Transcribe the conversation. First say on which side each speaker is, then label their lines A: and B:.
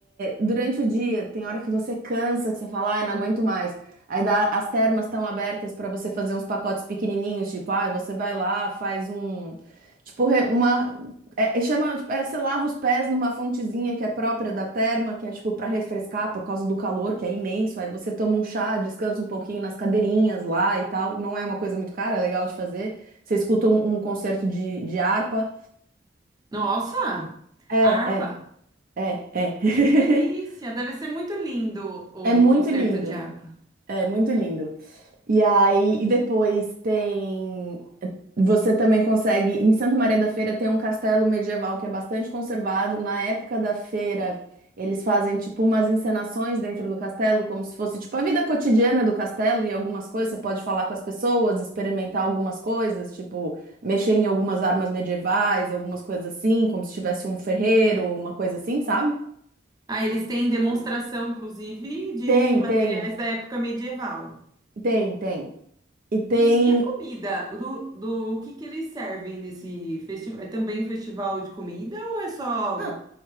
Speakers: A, on the right (about 50°); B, on the right (about 20°).
A: Durante o dia, tem hora que você cansa, que você fala, ai, não aguento mais. Aí dá- as termas estão abertas para você fazer uns pacotes pequenininhos, tipo, ai, você vai lá, faz um. Tipo, re- uma. É, é- chama, tipo, é, você lava os pés numa fontezinha que é própria da terma, que é tipo para refrescar por causa do calor, que é imenso. Aí você toma um chá, descansa um pouquinho nas cadeirinhas lá e tal. Não é uma coisa muito cara, é legal de fazer. Você escuta um, um concerto de, de harpa.
B: Nossa,
A: É,
B: harpa!
A: é, é, é. <laughs>
B: Que delícia! Deve ser muito lindo o
A: É muito
B: concerto
A: lindo.
B: de harpa.
A: É muito lindo. E aí, e depois tem. Você também consegue. Em Santa Maria da Feira tem um castelo medieval que é bastante conservado. Na época da feira, eles fazem tipo umas encenações dentro do castelo, como se fosse tipo a vida cotidiana do castelo e algumas coisas. Você pode falar com as pessoas, experimentar algumas coisas, tipo mexer em algumas armas medievais, algumas coisas assim, como se tivesse um ferreiro, uma coisa assim, sabe?
B: Ah, eles têm demonstração, inclusive, de
A: Tem,
B: materiais
A: tem,
B: da época medieval.
A: tem, tem. E tem.
B: E, e a comida, do, do o que que eles servem nesse festival? É também um festival de comida ou é só...
A: Não,